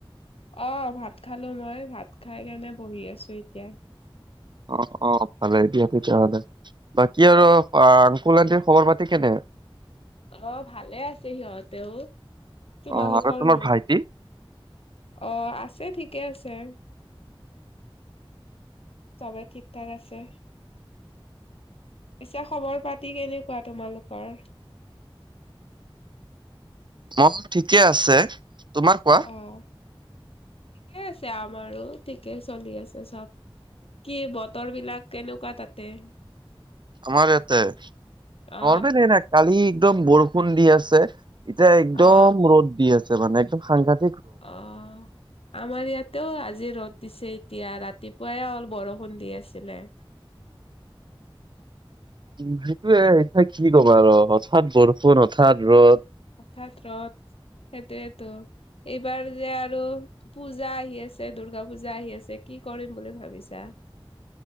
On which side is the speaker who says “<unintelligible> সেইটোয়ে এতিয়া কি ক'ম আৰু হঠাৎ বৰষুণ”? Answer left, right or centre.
Right